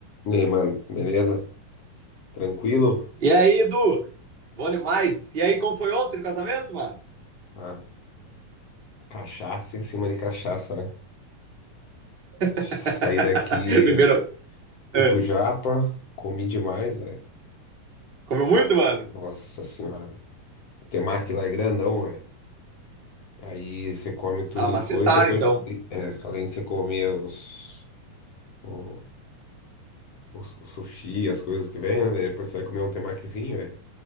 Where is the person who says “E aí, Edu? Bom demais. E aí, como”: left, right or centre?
Right